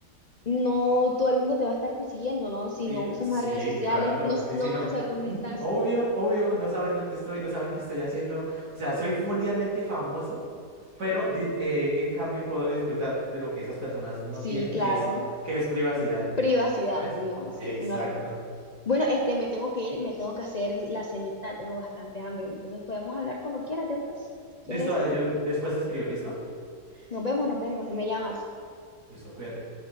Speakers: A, on the left (about 45°); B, on the right (about 75°).
A: no todo el mundo te va a estar persiguiendo, ¿no? Si
B: Y,
A: no usas
B: sí,
A: más redes sociales,
B: claro,
A: no, s-
B: y
A: no
B: si no,
A: van a saber dónde
B: mm,
A: estás.
B: obvio, obvio, no saben dónde estoy, no saben qué estoy haciendo, o sea, soy mundialmente famoso, pero di- eh, en cambio puedo disfrutar de lo que esas personas no
A: Sí,
B: tienen,
A: claro.
B: que es, que es privacidad,
A: Privacidad,
B: ¿sabes?
A: no, sí,
B: Exacto.
A: una locura. Bueno, este, me tengo que ir, me tengo que hacer la cenita, tengo bastante hambre, entonces podemos hablar cuando quieras después, si quieres.
B: Listo, dale, yo después te escribo, ¿listo?
A: Nos vemos, nos vemos. Me llamas.
B: Listo, cuídate.